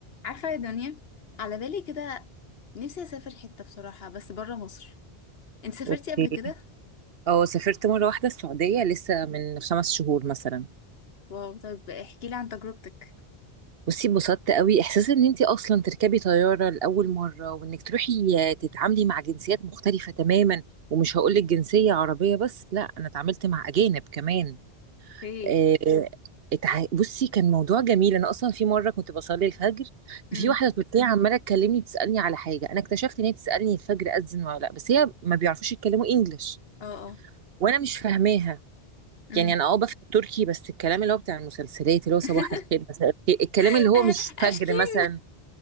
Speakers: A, on the left; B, on the right.
A: عارفة يا دنيا على بالي كده نفسي أسافر حتة بصراحة بس برا مصر انت سافرتي
B: اوكي
A: قبل كده؟
B: اه سافرت مره واحده السعوديه لسه من خمس شهور مثلا
A: واو طيب احكي لي عن تجربتك
B: بصي اتبسطت قوي احساس ان انت اصلا تركبي طياره لاول مره وانك تروحي تتعاملي مع جنسيات مختلفه تماما ومش هقول لك جنسيه عربيه بس لا انا اتعاملت مع اجانب كمان
A: ايه
B: آه، اتع- بصي كان موضوع جميل انا اصلا في مره كنت بصلي الفجر
A: امم
B: ففي واحده تركيه عماله تكلمني تسالني على حاجه انا اكتشفت ان هي بتسالني الفجر اذن ولا لا بس هي ما بيعرفوش يتكلموا انجلش
A: اه اه
B: وانا مش فاهماها
A: امم
B: يعني انا اه بفهم تركي بس الكلام اللي هو بتاع المسلسلات اللي هو
A: <laughs>
B: صباح الخير مساء الخير الكلام اللي هو
A: آه،
B: مش فجر
A: اشكيم
B: مثلا